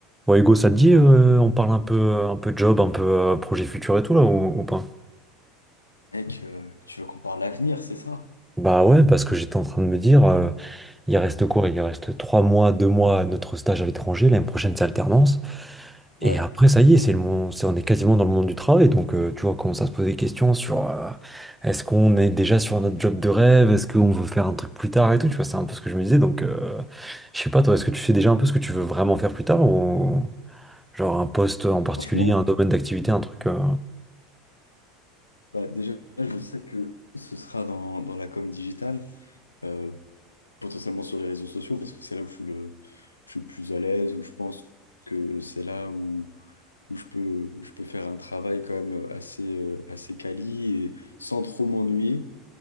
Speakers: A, in the centre; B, on the left.
A: Bon, Hugo, ça te dit, euh, on parle un peu, un peu job, un peu euh, projet futur et tout, là, ou, ou pas?
B: Mec, euh, tu veux qu'on parle l'avenir, c'est ça?
A: Bah ouais, parce que j'étais en train de me dire, euh, il reste quoi? Il reste trois mois, deux mois à notre stage à l'étranger, l'année prochaine, c'est alternance.
B: Ouais,
A: Et après, ça y est, c'est le monde, c'est- on est quasiment dans le monde du travail, donc euh, tu vois, on commence à se poser des questions sur euh, est-ce qu'on est déjà sur notre job de rêve, est-ce qu'on veut faire un truc plus tard et tout, tu vois, c'est un peu ce que je me disais, donc euh, je sais pas, toi, est-ce que tu sais déjà un peu ce que tu veux vraiment faire plus tard, ou genre un poste en particulier,
B: franchement,
A: un domaine d'activité, un truc. euh,
B: bah déjà, je sais que ce sera dans, dans la com digitale, euh, potentiellement sur les réseaux sociaux, parce que c'est là où je suis le, je suis le plus à l'aise, où je pense que c'est là où, où je peux, je peux faire un travail quand même assez, euh, assez quali et sans trop m'ennuyer.